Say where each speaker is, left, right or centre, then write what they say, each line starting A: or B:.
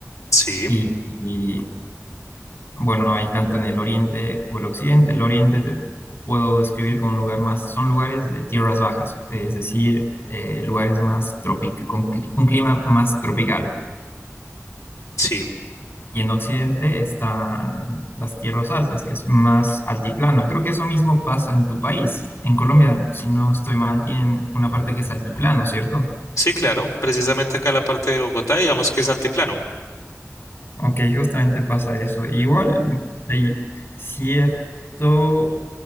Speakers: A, on the left; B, on the left.
A: sí,
B: Y, y, bueno, hay tanto en el oriente o el occidente. El oriente te puedo describir como un lugar más, son lugares de tierras bajas, es decir, eh, lugares más tropic, con cli- un clima más tropical.
A: sí,
B: Y en Occidente están las tierras altas, que es más altiplano. Creo que eso mismo pasa en tu país. En Colombia, si no estoy mal, tienen una parte que es altiplano, ¿cierto?
A: sí, claro, precisamente acá la parte de Bogotá, digamos que es altiplano.
B: Ok, justamente pasa eso. Igual hay cierto,